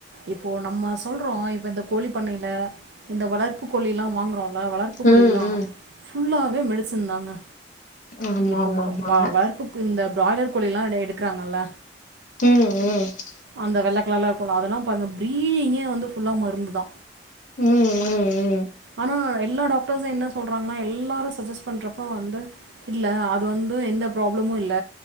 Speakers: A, on the right; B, on the left.
A: இப்போ நம்ம சொல்றோ இப்ப இந்த கோழி பண்ணைல இந்த வளர்ப்பு கோழிலா வாங்குறோல்ல வளர்ப்பு கோழிலிலா
B: ம் ம் ம் ம்
A: ஃபுல்லாவே மெடிசன் தாங்க
B: ஆமா
A: இப்போ
B: ஆமா ஆமாங்க
A: வா வளர்பு க்கு இந்த பிராய்லர் கோழலா டே எடுக்கிறாங்கல்ல
B: ம் ம்
A: அந்த வெள நல்லா இருக்குல்லா அதெல்லா பாருங்க ப்ரீடிங்கே வந்து ஃபுல்லா மருந்து தா
B: ம் ம் ம்
A: ஆனா எல்லா டாக்டர்சு என்ன சொல்றாங்ன்னா எல்லாரு சஜெஸ்ட் பண்றப்ப வந்து இல்ல அது வந்து எந்த ப்ராப்ளமு இல்ல